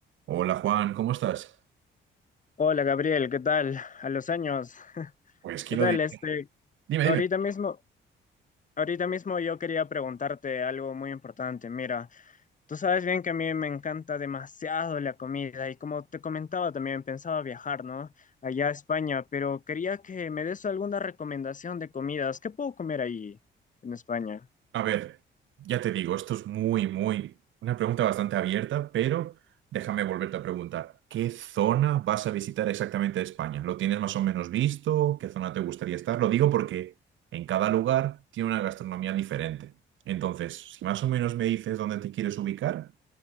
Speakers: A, on the right (about 75°); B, on the left (about 40°).
A: Hola Juan, ¿cómo estás?
B: Hola Gabriel, ¿qué tal? A los años. <laughs>
A: Pues, ¿quién
B: ¿Qué tal?
A: lo diría?
B: Este,
A: Dime,
B: ahorita
A: dime.
B: mismo, ahorita mismo yo quería preguntarte algo muy importante. Mira, tú sabes bien que a mí me encanta demasiado la comida y como te comentaba también pensaba viajar, ¿no? Allá a España, pero quería que me des alguna recomendación de comidas. ¿Qué puedo comer ahí en España?
A: A ver, ya te digo, esto es muy, muy, una pregunta bastante abierta, pero déjame volverte a preguntar, ¿qué zona vas a visitar exactamente de España? ¿Lo tienes más o menos visto? ¿Qué zona te gustaría estar? Lo digo porque en cada lugar tiene una gastronomía diferente. Entonces, si más o menos me dices dónde te quieres ubicar,